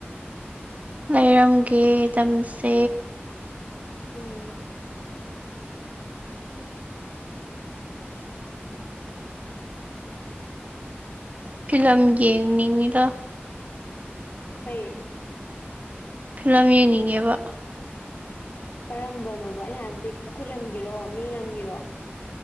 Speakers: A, on the right (about 35°); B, on the left (about 45°).
A: ꯂꯩꯔꯝꯒꯦ ꯇꯝꯁꯦ
B: ꯎꯝ
A: ꯐꯤꯂꯝ ꯌꯦꯡꯅꯤꯡꯉꯤꯗ
B: ꯀꯩꯌꯦ
A: ꯐꯤꯂꯝ ꯌꯦꯡꯅꯤꯡꯉꯦꯕ
B: ꯀꯔꯝꯕꯅꯣꯕ ꯑꯩꯅ ꯍꯥꯏꯕꯗꯤ ꯑꯩꯈꯣꯏ ꯂꯝꯒꯤꯔꯣ ꯃꯤ ꯂꯝꯒꯤꯔꯣ